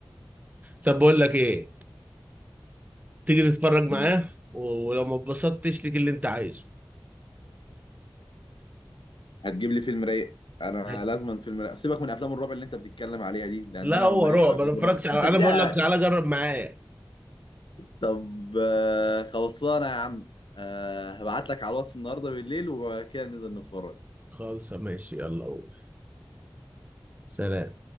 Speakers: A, on the right; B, on the left.
A: طب بقول لك ايه تيجي تتفرج معاه
B: دي
A: و- ولو ما اتبسطتش ليك اللي انت عايزه
B: هتجيب لي فيلم رايق انا
A: <laughs>
B: لازما فيلم رايق سيبك من افلام الرعب اللي انت بتتكلم عليها دي لان
A: لا
B: انا
A: هو
B: ماليش
A: رعب
B: في افلام
A: انا ما اتفرجش
B: الرعب
A: على
B: انت اديها
A: انا بقول لك تعالى جرب معايا
B: طب آه، خلصانه يا عم آه، هبعت لك على الواتس النهارده بالليل وكده ننزل نتفرج
A: خالص ماشي يلا قول سلام